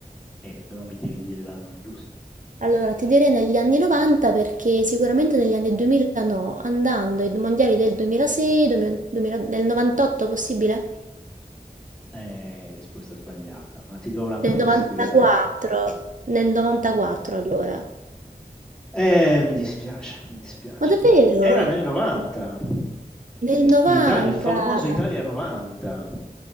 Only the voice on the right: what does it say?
Allora, ti direi negli anni 90 perché sicuramente negli anni 2000 no, andando ai mondiali del 2006, 2000 2000 del 98 possibile?
Del 94,
nel 94 allora.
Ma davvero?
Nel 90?